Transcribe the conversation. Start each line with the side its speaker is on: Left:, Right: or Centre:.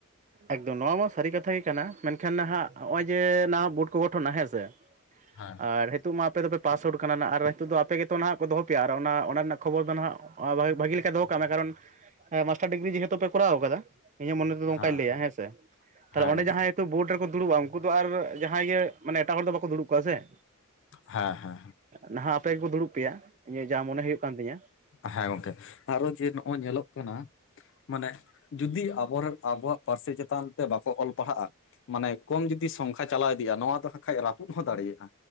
Right: ᱮᱠᱫᱚᱢ ᱱᱚᱣᱟ ᱢᱟ ᱥᱟᱹᱨᱤ ᱠᱟᱛᱷᱟ ᱜᱮ ᱠᱟᱱᱟ ᱢᱮᱱᱠᱷᱟᱱ ᱱᱟᱦᱟᱜ ᱱᱚᱸᱜᱼᱚᱭ ᱡᱮ ᱱᱚᱣᱟ ᱵᱳᱴ ᱠᱚ ᱜᱚᱴᱷᱚᱱᱟ ᱦᱮᱸᱥᱮ
Left: ᱦᱮᱸ
Right: ᱟᱨ ᱱᱤᱛᱚᱜ ᱟᱯᱮ ᱫᱚᱯᱮ ᱯᱟᱥ ᱟᱣᱩᱰ ᱠᱟᱱᱟ ᱱᱟᱜ ᱟᱨ ᱱᱤᱛᱚᱜ ᱫᱚ ᱟᱯᱮ ᱜᱮᱛᱚ ᱱᱟᱦᱟᱜ ᱠᱚ ᱫᱚᱦᱚ ᱯᱮᱭᱟ ᱟᱨ ᱚᱱᱟ ᱨᱮᱱᱟᱜ ᱠᱷᱚᱵᱚᱨ ᱫᱚ ᱱᱟᱦᱟᱜ ᱵᱷᱟᱹᱜᱤ ᱞᱮᱠᱟ ᱫᱚᱦᱚ ᱠᱟᱜ ᱢᱮ ᱠᱟᱨᱚᱱ ᱢᱟᱥᱴᱟᱨ ᱰᱤᱜᱽᱨᱤ ᱡᱮᱦᱮᱛᱩ ᱯᱮ ᱠᱚᱨᱟᱣ ᱟᱠᱟᱫᱟ᱾ ᱤᱧᱟᱹᱜ ᱢᱚᱱᱮ ᱛᱮᱫᱚ ᱚᱱᱠᱟᱭ
Left: ᱦᱮᱸ
Right: ᱞᱟᱹᱭᱟ
Left: ᱦᱮᱸ
Right: ᱦᱮᱸᱥᱮ ᱛᱟᱦᱞᱮ
Left: ᱦᱮᱸ
Right: ᱚᱸᱰᱮ
Left: ᱜᱚᱝᱠᱮ
Right: ᱡᱟᱦᱟᱸᱭ ᱵᱳᱰ ᱨᱮᱠᱚ ᱫᱩᱲᱩᱵᱼᱟ ᱩᱱᱠᱩ ᱫᱚ ᱟᱨ ᱡᱟᱦᱟᱸᱭ ᱜᱮ ᱢᱟᱱᱮ ᱮᱴᱟᱜ ᱦᱚᱲ ᱫᱚ ᱵᱟᱠᱚ ᱫᱩᱲᱩᱵ ᱠᱚ ᱥᱮ
Left: ᱦᱮᱸ ᱦᱮᱸ
Right: ᱱᱟᱦᱟᱜ ᱟᱯᱮ ᱜᱮᱠᱚ ᱫᱩᱲᱩᱵ ᱯᱮᱭᱟ ᱤᱧᱟᱹᱜ ᱡᱟ ᱢᱚᱱᱮ ᱦᱩᱭᱩᱜ ᱠᱟᱱ ᱛᱤᱧᱟ
Left: ᱦᱮᱸ ᱜᱚᱝᱠᱮ, ᱟᱨᱚ ᱡᱮ ᱱᱚᱜᱼᱚᱭ ᱧᱮᱞᱚᱜ ᱠᱟᱱᱟ ᱢᱟᱱᱮ ᱡᱩᱫᱤ ᱟᱵᱚᱨᱮᱱ ᱟᱵᱚᱣᱟᱜ ᱯᱟᱹᱨᱥᱤ ᱪᱮᱛᱟᱱ ᱛᱮ ᱵᱟᱠᱚ ᱚᱞ ᱯᱟᱲᱦᱟᱜᱼᱟ, ᱢᱟᱱᱮ ᱠᱚᱢ ᱡᱩᱫᱤ ᱥᱚᱝᱠᱷᱟ ᱪᱟᱞᱟᱣ ᱤᱫᱤᱜᱼᱟ ᱱᱚᱣᱟ ᱫᱚ ᱦᱟᱜ ᱠᱷᱟᱡ ᱨᱟᱹᱯᱩᱫ ᱦᱚᱸ ᱫᱟᱲᱮᱭᱟᱜᱼᱟ